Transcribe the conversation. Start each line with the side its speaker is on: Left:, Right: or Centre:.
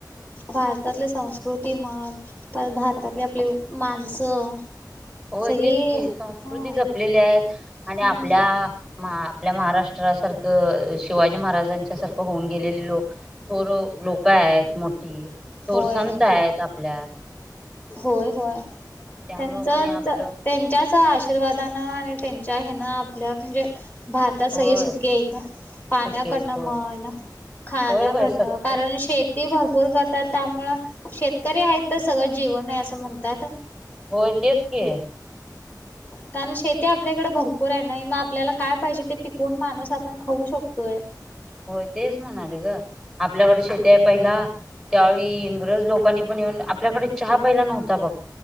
Left: भारतातले संस कृती म्हण, परत भारतातली आपली माणसं
Centre: होय
Left: सगळी
Centre: तेच की,
Left: हा
Centre: संस्कृती जपलेली आहेत
Left: हम्म
Centre: आणि आपल्या म्हा आपल्या महाराष्ट्रासारखं शिवाजी महाराजांच्या सारखं होऊन गेलेले लोक थोर लोक आहेत मोठी, थोर
Left: होय
Centre: संत आहेत आपल्यात.
Left: होय होय.
Centre: त्यामुळं
Left: त्यांच
Centre: कणी आपलं
Left: च त्यांच्याच आशीर्वादानं आणि त्यांच्या हेन आपल्या म्हणजे भारतात सगळी
Centre: होय
Left: सुकी हाईत, पाण्याकडनं
Centre: चुकीत होय
Left: मन खाण्याकडनं
Centre: होय होय सगळं
Left: कारण शेत ती भरपूर करतात त्यामुळं, शेतकरी हाईत तर सगळं जीवन हाय असं म्हणतात.
Centre: होय तेच की.
Left: कारण शेती आपल्याकडं भरपूर हाय नाही म आप आपल्याला काय पाहिजे ते पिकवून माणूस आपण खाऊ शकतोय.
Centre: होय तेच म्हणाले ग आपल्याकडे शेती आहे पहिला त्यावेळी इंग्रज लोक लोकांनी पण येऊन आपल्याकडे चहा पहिला नव्हता बघ